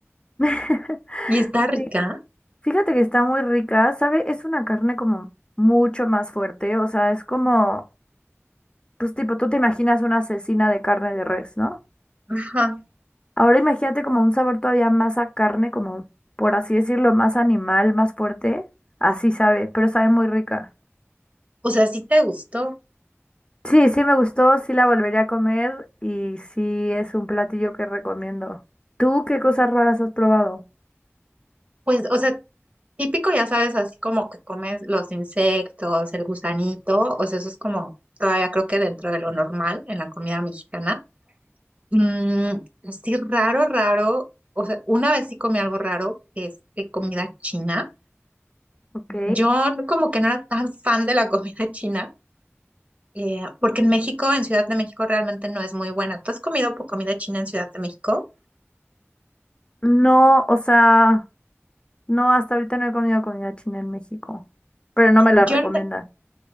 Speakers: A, on the left; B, on the right.
A: <laughs>
B: ¿Y está rica?
A: Sí. Fíjate que está muy rica, ¿sabe? Es una carne como mucho más fuerte, o sea, es como, pues tipo, tú te imaginas una asesina de carne de res, ¿no?
B: Ajá.
A: Ahora imagínate como un sabor todavía más a carne, como, por así decirlo, más animal, más fuerte, así sabe, pero sabe muy rica.
B: O sea, sí te gustó.
A: Sí, sí me gustó, sí la volvería a comer y sí es un platillo que recomiendo. ¿Tú qué cosas raras has probado?
B: Pues, o sea, típico, ya sabes, así como que comes los insectos, el gusanito. O sea, eso es como todavía creo que dentro de lo normal en la comida mexicana. Mm, sí, raro, raro. O sea, una vez sí comí algo raro, que es de comida china.
A: Ok.
B: Yo como que no era tan fan de la comida <laughs> china. Eh, porque en México, en Ciudad de México, realmente no es muy buena. ¿Tú has comido po- comida china en Ciudad de México?
A: No, o sea... No, hasta ahorita no he comido comida china en México, pero no me la
B: Yo,
A: recomiendan.
B: no-